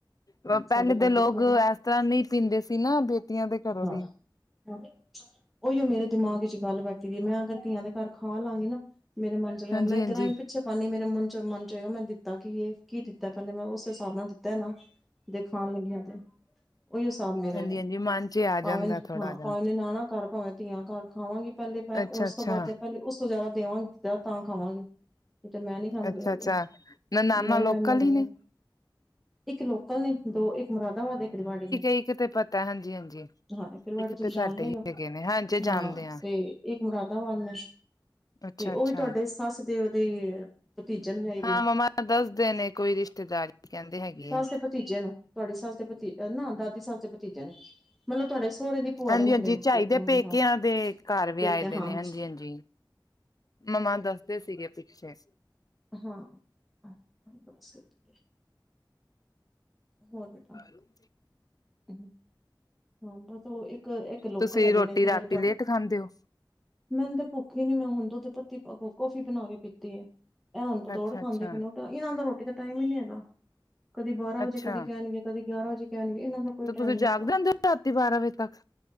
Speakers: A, on the left; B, in the centre.
A: ਪਹਿਲੇ
B: ਸਾਡੇ ਘਰ
A: ਤਾਂ
B: ਬਿਲਕੁਲ
A: ਲੋਕ ਇਸ ਤਰ੍ਹਾਂ ਨਹੀਂ ਪੀਂਦੇ ਸੀ ਨਾ। ਤਿਆਂ ਦੇ ਘਰੋਂ
B: ਹਾਂ
A: ਦੀ
B: ਉਹੀਓ ਮੇਰੇ ਦਿਮਾਗ ਚ ਗੱਲ ਬੈਠ ਦੀ ਮੈਂ ਅਗਰ ਤੀਆਂ ਦੇ ਘਰ ਖਾ ਲਵਾਂਗੀ ਨਾ। ਮੇਰੇ ਮਨ ਚ
A: ਹਾਂਜੀ
B: ਮੈਂ
A: ਹਾਂਜੀ
B: ਗਰਾਾਂ ਹੀ ਪਿੱਛੇ ਪਾਉਂਦੀ ਮੇਰੇ ਮਨ ਚ ਮਨ ਚ ਹੋਏਗਾ ਮੈਂ ਦਿੱਤਾ ਕੀ ਇਹ ਕੀ ਦਿੱਤਾ ਦਿੱਤਾ ਪਹਿਲੇ ਮੈਂ ਉਸ ਹਿਸਾਬ ਨਾਲ ਦਿੱਤਾ ਨਾ ਦੇ ਖਾਣ ਲੱਗੀਆਂ ਤੇ ਉਹੀ ਹਿਸਾਬ ਮੇਰਾ
A: ਹਾਂਜੀ
B: ਹੈ।
A: ਹਾਂਜੀ ਮਨ ਚ ਆ ਜਾਂਦਾ
B: ਭਵੇਨ
A: ਥੋੜਾ
B: ਹਾਂ
A: ਜਿਹਾ
B: ਭਵੇ ਨਨਾਣਾ ਘਰ ਭਾਵੇਂ। ਤਿਆਂ ਘਰ ਖਾਵਾਂਗੀ ਪਹਿਲੇ
A: ਅੱਛਾ
B: ਉਸ
A: ਅੱਛਾ
B: ਤੋਂ ਬਾਅਦ ਪਹਿਲੇ ਉਸ ਤੋਂ ਜ਼ਿਆਦਾ ਦੇਵਾਂਗੀ ਜ ਤਾਂ ਖਾਵਾਂਗੇ। ਜੈ ਤੇ ਮੈਂ ਨੀ ਖਾਂਦੇ
A: ਅੱਛਾ
B: ਹੈਗੇ
A: ਅੱਛਾ ਨਨਾਨਾ
B: ਮੈਂ
A: ਲੋਕਲ
B: ਵੀ ਮਹਿਮਾਂ ਲਗੇ।
A: ਹੀ ਨੇ
B: ਇੱਕ ਲੋਕਲ ਨੇ ਦੋ, ਇੱਕ ਮੁਰਾਦਾਬਾਦ ਇੱਕ ਰੀਵਾੜੀ ਨੇ
A: ਇਥੇ ਤੇ ਪਤਾ ਤਾਂ ਹਾਂਜੀ ਹਾਂਜੀ
B: ਹਾਂ ਇਕ ਰੇਵਾੜੀ
A: ਇੱਕ
B: ਤੁਸੀਂ
A: ਤੇ
B: ਜਾਣਦੇ
A: ਸਾਡੇ
B: ਹੀ ਹੋ
A: ਹੈਗੇ ਨੇ ਹਾਂਜੀ ਜਾਣਦੇ
B: ਹਾਂ ਤੇ ਇੱਕ ਮੁਰਾਦਾਬਾਦ ਨੇ
A: ਅੱਛਾ
B: ਤੇ ਉਹ
A: ਅੱਛਾ
B: ਵੀ ਤੁਹਾਡੇ ਸੱਸ ਦੇ ਉਹਦੇ ਭਤੀਜੇ ਨੂੰ ਵਿਆਈ ਦੀ
A: ਹਾਂ ਮੰਮਾ ਦੱਸਦੇ ਨੇ ਕੋਈ ਰਿਸ਼ਤੇਦਾਰੀ ਕਹਿੰਦੇ ਹੈਗੇ
B: ਸੱਸ
A: ਆ।
B: ਦੇ ਭਤੀਜੇ ਨੂੰ, ਤੁਹਾਡੀ ਸਸ ਤੇ ਭਤੀ ਨਾ ਦਾਦੀ ਸਸ ਦੇ ਭਤੀਜੇ ਨੂੰ, ਮਤਲਬ ਤੁਹਾਡੇ ਸਹੁਰਰੇ ਦੀ ਭੂਆ
A: ਹਾਂਜੀ
B: ਦੇ ਮੁੰਡੇ
A: ਹਾਂਜੀ
B: ਨੂੰ
A: ਚਾਈ ਦੇ
B: ਮੁੰਡੇ
A: ਪੇਕਿਆਂ
B: ਹਾਂ
A: ਦੇ ਘਰ ਵੀਆਏ
B: ਪੇਕਿਆ
A: ਦੇ
B: ਹਾਂ
A: ਨੇ ਹਾਂਜੀ ਹਾਂਜੀ ਮਮਾ ਦੱਸਦੇ ਸੀਗੇ ਪਿੱਛੇ
B: ਹਾਂ ਹਾਏ ਬੜਾ ਸੀਰ ਦੁੱਖ ਹੋਰ ਵੈ
A: ਹੈਲੋ
B: ਹਾਂ ਬਸ ਉਹ ਇੱਕ ਇੱਕ ਲੋਕਲ
A: ਤੁਸੀਂ
B: ਹੈਗੇ
A: ਰੋਟੀ
B: ਨੇ ਤੇ
A: ਰਾਤੀ
B: ਜਿਹੜੇ ਤੁਹਾਡੇ
A: ਲੇਟ ਖਾਂਦੇ ਹੋ
B: ਮੈਨੂੰ ਭੁੱਖ ਹੀ ਨੀ ਮੈਂ ਹੁਣ ਦੁੱਧ ਪੱਤੀ ਕਾਫੀ ਬਣਾ ਕੇ ਪੀਤੀ ਆ ਇਹ ਹੁਣ ਪਤੋੜ
A: ਅੱਛਾ
B: ਖਾਂਦੇ
A: ਅੱਛਾ
B: ਪਏ ਨੇ ਇਹਨਾਂ ਦਾ ਰੋਟੀ ਦਾ ਟਾਈਮ ਹੀ ਨਹੀਂੀ ਹੈਗਾ ਕਦੀ ਬਾਰਾਂ ਵਜੇ
A: ਅੱਛਾ
B: ਕਦੀ ਕਹਿਣਗੇ ਕਦੇ ਗਿਆਰਾਂ ਵਜੇ ਕਹਿਣਗੇ ਇਹਨਾਂ ਦਾ ਕੋਈ
A: ਤੇ
B: ਟਾਈਮ
A: ਤੁਸੀਂ
B: ਨੀ
A: ਜਾਗ
B: ਹੈਗਾ
A: ਜਾਂਦੇ ਰਾਤੀ ਬਾਰਾਂ ਵਜੇ ਤੱਕ